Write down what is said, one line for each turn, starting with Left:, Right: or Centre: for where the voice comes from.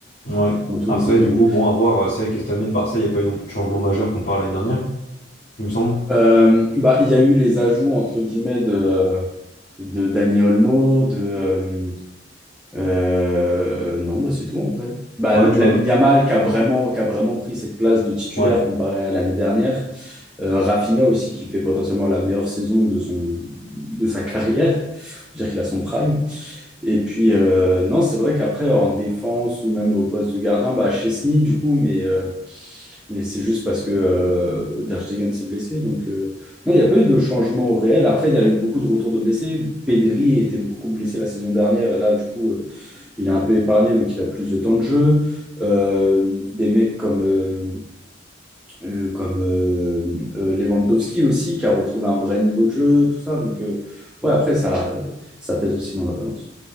Left: euh. Ouais.
Centre: dans tous
Left: Après,
Centre: les secteurs
Left: du
Centre: du
Left: coup,
Centre: jeu.
Left: bon, à voir, euh, c'est vrai que cette année, le Barça, il n'y a pas eu non plus de changement majeur comparé à l'année dernière, il me semble.
Centre: Euh, bah, il y a eu les ajouts entre guillemets de, euh, de Dani Olmo, de euh, euh, non, bah, c'est tout en vrai. Bah,
Left: Ouais,
Centre: Lamine
Left: tu vois, non.
Centre: Yamal qui a vraiment, qui a vraiment pris cette place de titulaire
Left: Ouais.
Centre: comparé à l'année dernière. Euh, Rafinha aussi qui fait potentiellement la meilleure saison de son de sa carrière. On peut dire qu'il a son prime. Et puis euh, non, c'est vrai qu'après en défense ou même au poste de gardien, bah Chesney du coup, mais euh, mais c'est juste parce que euh, Der Stegen s'est blessé. Donc, euh, non, il n'y a pas eu de changement au réel. Après, il y a eu beaucoup de retours de blessés. Pedri était beaucoup blessé la saison dernière. Et là, du coup, euh, il est un peu épargné, donc il a plus de temps de jeu. Euh, des mecs comme, euh, euh, comme euh, euh, Lewandowski aussi, qui a retrouvé un vrai niveau de jeu, tout ça. Donc, euh, ouais, après, ça, ça pèse aussi dans la balance.